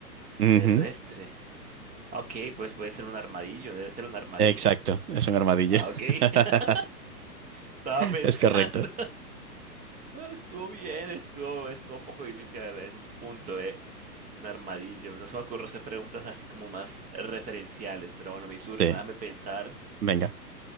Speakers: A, on the right; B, on the right.
A: es
B: Ujú,
A: terrestre. Ok, pues puede ser un armadillo, debe ser un armadillo.
B: Exacto, es un armadillo.
A: Ah, ok,
B: <laughs>
A: <laughs> estaba pensando.
B: Es correcto.
A: Eh, Estuvo bien, estuvo, estuvo un poco difícil en un punto, eh. Un armadillo. No se me ocurre hacer preguntas así como más referenciales, pero bueno, mi
B: Sí,
A: turno. Déjame pensar.
B: venga,